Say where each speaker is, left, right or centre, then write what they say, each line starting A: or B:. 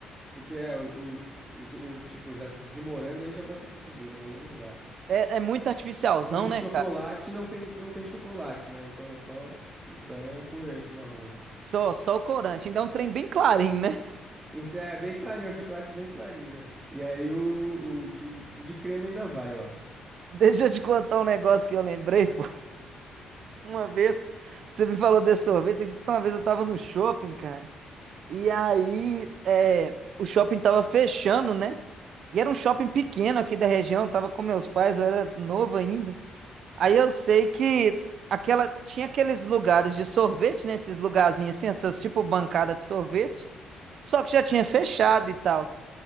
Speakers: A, on the right; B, on the right.
A: Porque é o, o, os- o- tipo, já os de morango aí já bota pra fuder, né? Aí já não dá.
B: É, é muito artificialzão,
A: E o de
B: né?
A: chocolate não tem, não tem chocolate, né? Então é só, ele só é corante marrom, né?
B: Só, só o corante. Ainda é um trem bem clarinho, né?
A: Então é bem clarinho, é um chocolate bem clarinho, né? E aí o, o de, o de creme ainda vai, eu acho.
B: <laughs> Deixa eu te contar um negócio que eu lembrei, pô. <laughs> Uma vez, você me falou desse sorvete, você acredita que uma vez eu tava no shopping, cara. E aí, é, o shopping tava fechando, né? E era um shopping pequeno aqui da região, eu tava com meus pais, eu era novo ainda. Aí eu sei que aquela tinha aqueles lugares de sorvete, né? Esses lugarzinhos assim, essas tipo bancada de sorvete. Só que já tinha fechado e tal.